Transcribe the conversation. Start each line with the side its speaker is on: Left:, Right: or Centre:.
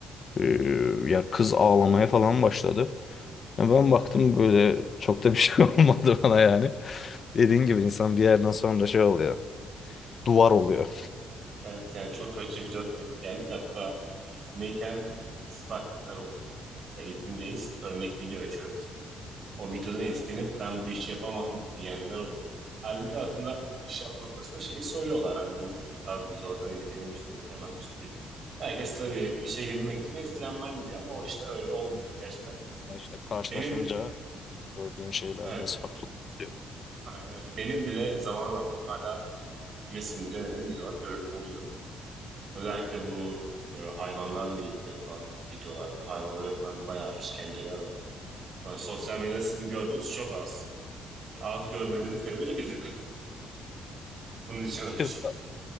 Left: Ee, ya kız ağlamaya falan başladı. Ya ben baktım böyle çok da bir şey <laughs> olmadı bana yani. Dediğin gibi insan bir yerden sonra şey oluyor. Duvar oluyor.
Right: Evet yani çok kötü videolara denk geldik. Hatta eğitimdeyken istifa edenler oluyor. Mesela eğitimdeyiz. Örnek video açıyoruz. O videodan etkilenip ben bu işi yapamam diyenler oluyor. Halbuki aslında işe alım noktasında şeyi soruyorlar hani bu, bu tarz videolardan etkilenir misin, etkilenmez misin diye. Herkes tabii işe girmek için etkilenmem diyor ama o işler öyle olmuyor gerçekten.
Left: Ya İşte karşılaşınca
Right: Benim
Left: gördüğün şeyler
Right: evet
Left: biraz farklı oluyor.
Right: aynen öyle. Benim bile zaman zaman hala içime sindiremediğim videolar gör, oluyor. Özellikle bu e, hayvanlarla ilgili yapılan videolarda hayvanlara yapılan bayağı işkenceler var. Yani sosyal medyada sizin gördüğünüz çok az. Az görmenizin sebebi de biziz. <laughs> Bunun için uğraşıyoruz.
Left: Siz- <laughs>